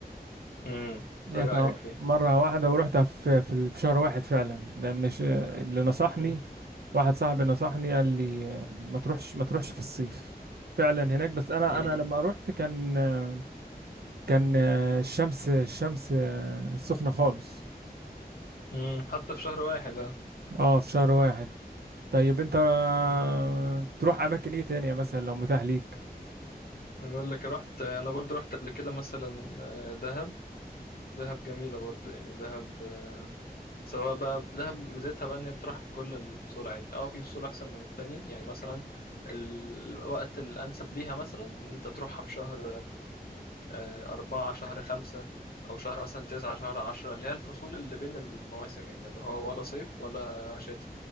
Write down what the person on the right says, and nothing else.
رحتها
مره واحده ورحتها في في ال- في شهر واحد فعلا لان ش- اللي نصحني
واحد صاحبي نصحني قال لي آه، ما تروحش ما تروحش في الصيف فعلا هناك بس انا
انا لما رحت كان آه، كان آه، الشمس الشمس آه، سخنه خالص
اه في شهر واحد طيب انت آه،
تروح اماكن ايه تانية مثلا لو متاح ليك